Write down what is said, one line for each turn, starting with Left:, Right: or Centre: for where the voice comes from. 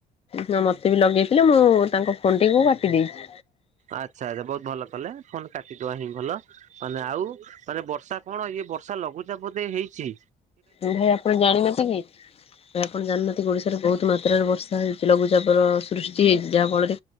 Left: ହଁ ମତେ ବି ଲଗେଇଥିଲେ ମୁଁ ତାଙ୍କ ଫୋନ୍ ଟିକୁ କାଟି ଦେଇଚି।
Right: ଆଚ୍ଛା ଆଚ୍ଛା ବହୁତ୍ ଭଲ କଲେ ଫୋନ୍ କାଟିଦବା ହିଁ ଭଲ ମାନେ ଆଉ ତାହେଲେ ବର୍ଷା କଣ ଏ ବର୍ଷା ଲଘୁଚାପ ବୋଧେ ହେଇଚି।
Left: ଭାଇ ଆପଣ ଜାଣିଚନ୍ତି କି ଭାଇ ଆପଣ ଜାଣିନାହାନ୍ତି ଓଡିଶା ଏଥର ବହୁତ ମାତ୍ରାରେ ବର୍ଷା ହେଉଚି ଲଘୁଚାପର ସୃଷ୍ଟି ହେଇଚି ଯାହାଫଳରେ